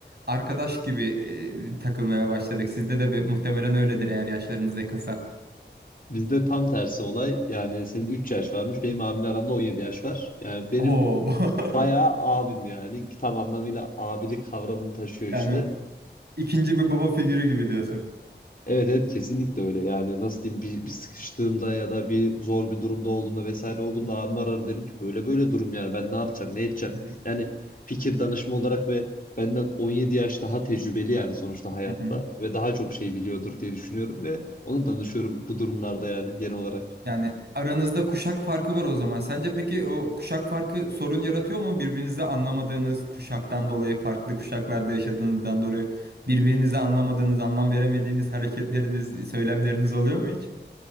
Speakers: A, on the right; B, on the left.
A: arkadaş gibi e, takılmaya başladık. Sizde de be- muhtemelen öyledir eğer yaşlarınız yakınsa.
B: bizde tam tersi olay yani senin 3 yaş varmış benim abimle aramda 17 yaş var. Yani benim
A: Oo. <laughs>
B: bayağı abim yani tam anlamıyla abilik kavramını taşıyor
A: Yani
B: işte.
A: ikinci bir baba figürü gibi diyorsun.
B: Evet evet kesinlikle öyle yani nasıl diyeyim bir, bir sıkıştığımda ya da bir zor bir durumda olduğumda vesaire olduğumda abim arar derim ki böyle böyle durum yani ben ne yapacağım ne edeceğim
A: Hı hı.
B: yani fikir danışma olarak ve benden 17 yaş daha tecrübeli yani sonuçta hayatta
A: Hı hı.
B: ve daha çok şey biliyordur diye düşünüyorum ve ona danışıyorum bu durumlarda yani genel olarak.
A: Yani aranızda kuşak farkı var o zaman. Sence peki o kuşak farkı sorun yaratıyor mu? Birbirinizde anlamadığınız kuşaktan dolayı, farklı kuşaklarda yaşadığınızdan dolayı birbirinizi anlamadığınız, anlam veremediğiniz hareketleriniz, söylemleriniz oluyor mu hiç?